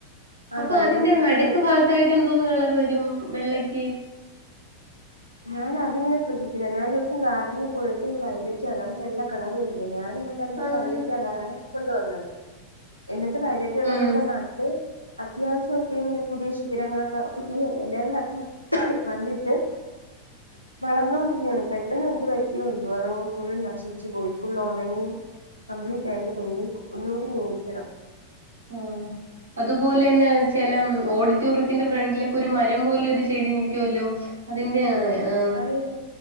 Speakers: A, on the left; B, on the right.
A: ആ
B: അപ്പൊ
A: വൈലറ്റും
B: അതിന്റെ
A: ഉണ്ട്
B: നടുക്ക്
A: വെ
B: ഭാഗത്തായിട്ട് എന്തോന്നന്ന് കളർ വരും? വെള്ളക്ക്
A: ഞാൻ അതിങ്ങനെ ശ്രദ്ധിച്ചില്ല, ഞാൻ ഒരു ദിവസം ഗാർഡനിൽ പോയപ്പം, ഈ വയലറ്റ് കളറും, വെള്ള കളറും ഇരിക്കുന്നു ഞാൻ
B: ആഹ്
A: വൈലറ്റ് കളറാണ് കൊണ്ടുവന്നത് എന്നിട്ട് വയലറ്റ് കളർ
B: ഉം
A: ഇവിടെ നട്ട് അത്യാവശ്യം ഒക്കെ എങ്ങനെ പുതിയ ശിഖിരങ്ങളൊക്കെ പുതിയ ഇലകളൊക്കെ വന്നിട്ട് വളർന്നോണ്ടിരുന്നതാണ് പെട്ടെന്ന് എന്ത് പറ്റിയോ എന്തോ, അതങ്ങ് ഫുൾ നശിച്ചു പോയി, ഫുള്ള് ഉണങ്ങി കംപ്ലീറ്റ് ആയിട്ട് പോയി, ഇനി ഒന്നോടി നോക്കി ണം
B: ആ അതുപോലെ തന്നെ ചില ഓഡിറ്റോറിയത്തിന്റെ ഫ്രണ്ടിലൊക്കെ ഒരു മരം പോലെ ഒരു ചെടി നിൽക്കു വല്ലോ അതിന്റെ അ ആ
A: അതേതാ